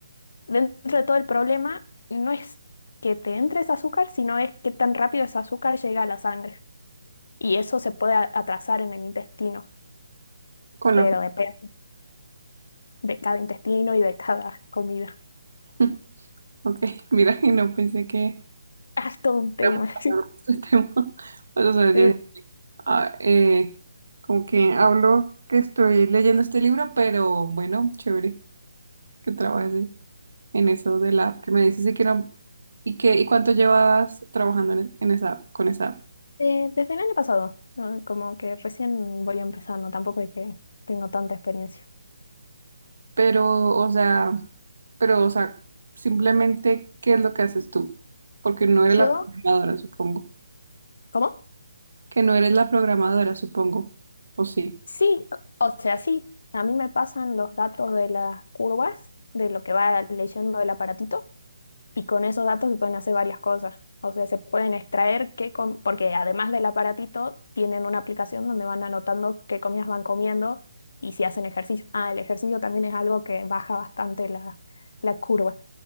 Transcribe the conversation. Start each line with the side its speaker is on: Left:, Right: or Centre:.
Left: dentro de todo el problema no es que te entre ese azúcar, sino es que tan rápido ese azúcar llega a la sangre. Y eso se puede a- atrasar en el intestino,
Right: Con
Left: pero
Right: la fe.
Left: depende de cada intestino y de cada comida. <laughs>
Right: <laughs> Ok, mira, y no pensé que
Left: Ah, Es todo un tema.
Right: íbamos
Left: <laughs>
Right: a hablar de este tema. <laughs> Pues, o sea, yo
Left: Sí.
Right: ah, eh, como que hablo que estoy leyendo este libro, pero bueno, chévere que trabajes en eso de la app que me dices y que no. ¿Y qué, y cuánto llevas trabajando en, en esa, con esa app?
Left: Eh, desde el año pasado, ¿no? Como que recién voy empezando, tampoco es que tengo tanta experiencia.
Right: Pero, o sea, pero, o sea, simplemente, ¿qué es lo que haces tú? Porque no eres
Left: Yo,
Right: la programadora, supongo.
Left: ¿cómo?
Right: Que no eres la programadora, supongo. O sí.
Left: Sí, o o sea, sí, a mí me pasan los datos de las curvas, de lo que va leyendo el aparatito, y con esos datos se pueden hacer varias cosas. O sea, se pueden extraer qué, com- porque además del aparatito, tienen una aplicación donde van anotando qué comidas van comiendo y si hacen ejercicio. Ah, el ejercicio también es algo que baja bastante la, la curva.